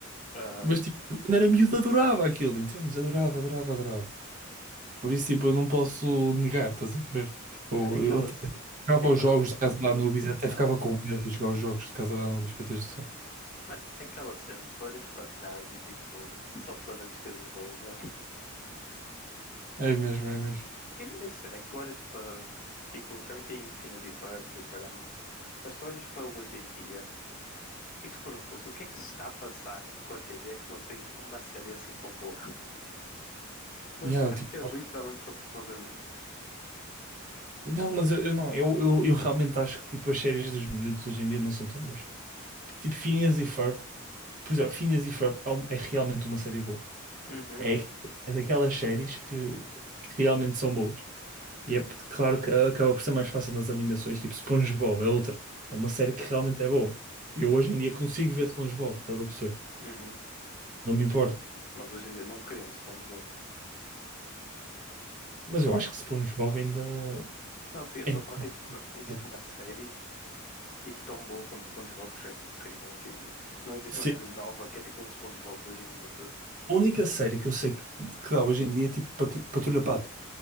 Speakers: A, on the left; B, on the right.
A: Aham.
B: Mas tipo, quando era miúdo adorava aquilo, entendes? Adorava, adorava, adorava. Por isso, tipo, eu não posso negar, estás a ver? Tipo,
A: Mano, é aquela
B: eu até
A: cena,
B: jogava
A: é aquela,
B: os jogos
A: cena,
B: de Casa de Anubis, até
A: aham.
B: ficava com medo de jogar os jogos de Casa de Anubis, para teres noção.
A: Mano, é aquela cena, tu olhas para trás e tipo, só te lembras das coisas boas, mesmo
B: É mesmo, é mesmo.
A: Essa cena é que tu olhas para. Tipo, também tem finas e verbos e caramba. Mas tu olhas para hoje em dia e tu perguntas o que é que se está a passar com a TV que não tem uma série assim tão boa. <laughs> Mas
B: Yeah, eu,
A: acho
B: tipo,
A: que é literalmente só porque nós éramos putos.
B: não, mas eu, eu não, eu, eu, eu realmente acho que tipo, as séries dos miúdos hoje em dia não são tão boas. Tipo, Phineas e Ferb. Por exemplo, Phineas e Ferb é, um- é realmente uma série boa.
A: Uhum,
B: É, é daquelas séries que, que realmente são boas. E é p- claro que acaba por ser mais fácil nas animações, tipo SpongeBob é outra. É uma série que realmente é boa. Eu hoje em dia consigo ver SpongeBob, estás a perceber?
A: uhum.
B: Não me importa.
A: Mas hoje em dia não queremos SpongeBob.
B: Mas eu acho que SpongeBob ainda.
A: Não, sim, eu estou
B: ainda
A: a falar, tipo, não
B: é
A: existe
B: bom.
A: uma série tipo tão boa quanto SpongeBob que os gajos tipo criam hoje em dia. Tipo, não existe
B: Sim.
A: uma série nova que é tipo um SpongeBob de hoje em dia. tá
B: A única série que eu sei que, que dá hoje em dia é tipo Patru- Patrulha Pato.